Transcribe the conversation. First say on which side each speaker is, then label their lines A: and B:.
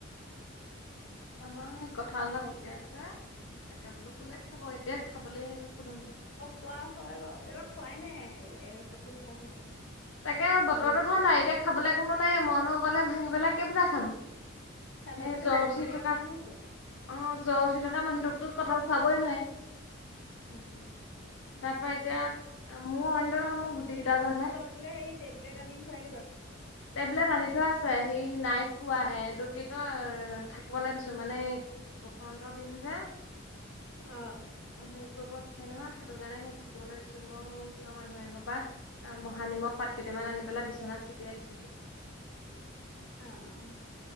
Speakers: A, on the left (about 85°); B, on the left (about 65°).
A: আমাৰো সেই কঁঠাল এটা পকি আছে, তাকে বোলো কোনে খাব, এতিয়া খাবলে কোনো নাই।
B: খোৱা হয় বাৰু, এবাৰ খোৱাই নাই এ কঠাল খোৱাই নাই, একেবাৰে খোৱা নাই।
A: তাকে
B: খাব
A: বতৰতো
B: লাগিব
A: ঠাণ্ডা, এতিয়া খাবলে কোনো নাই, মইনো অকলে ভাঙি পেলাই কেইফোটা খাম।
B: ঠাণ্ডা
A: সেই
B: যদিও
A: জ্বৰ
B: ভূৰ
A: উঠি
B: ভুৰীয়া
A: থকা
B: গৰম আছে।
A: অ', জ্বৰ উঠি থকা মানুহটোকতো কঁঠাল খোৱাবই নোৱাৰি।
B: উম।
A: তাৰ পৰা এতিয়া, মোৰ অইনটো নহয় মোৰ গুটি গিতা জহত হে।
B: বোলে, সেই টেবলেট আনি খুৱাই দিবা।
A: টেবলেট আনি থোৱা আছে, হেই নাই খোৱাহে, এইটো কি কয় থা থাকিবলে দিছো মানে এই বসন্ত দিন যে
B: অহ
A: হেৰি কৰিব নোৱাৰি নহয়, সেইটো কাৰণে সেই থাকিবলৈ দিছো মইও ওচৰৰ মানুহ এঘৰপা আ, মহানিমৰ পাত কেইটামান আনি পেলাই বিচনাত চটিয়াই দিছোহি।
B: অ',